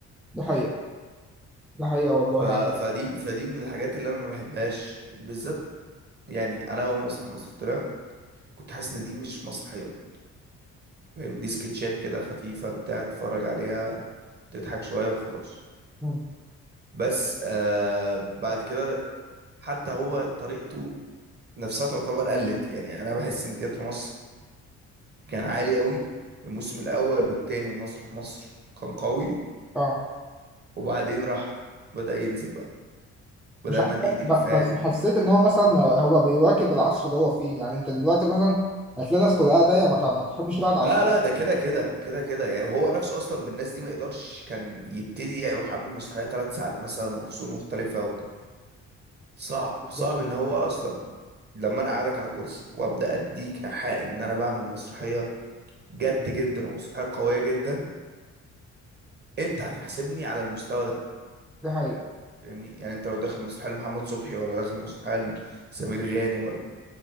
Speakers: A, in the centre; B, on the right (about 35°).
A: ده حقيقة ده حقيقة والله
B: ف... فدي فدي من الحاجات اللي انا ما بحبهاش بالذات يعني انا اول مسرح مصر طلع كنت حاسس ان دي مش مسرحيات فاهم؟ دي سكتشات كده خفيفة بتاع تتفرج عليها تضحك شوية وخلاص
A: يعني
B: بس آه بعد كده حتى هو طريقته نفسها تعتبر قلت يعني انا بحس ان تياترو مصر كان عالي قوي الموسم الاول والتاني ومسرح مصر كان قوي
A: اه
B: وبعدين راح بدأ ينزل بقى بدأنا
A: مش عارف
B: نعيد الإفيهات
A: ب- بس حسيت ان هو مثلا هو بيواكب العصر اللي هو فيه يعني انت دلوقتي مثلا هتلاقي ناس خلقها ضيق ما تع- ما تحبش تقعد على
B: لا
A: الحاجة
B: لا ده كده كده كده كده يعني هو نفسه اصلا بالناس دي ما يقدرش كان يبتدي يروح عامل مسرحية ثلاث ساعات مثلا وفصول مختلفة وبتاع صعب
A: بالظبط
B: صعب ان هو اصلا لما انا قاعدك على كرسي وابدا اديك ايحاء ان انا بعمل مسرحيه جد جدا ومسرحية قوية جدا انت هتحاسبني على المستوى ده
A: دي حقيقة
B: فاهمني يعني انت لو داخل مسرحية لمحمد صبحي ولا داخل مسرحية لسمير غانم ولا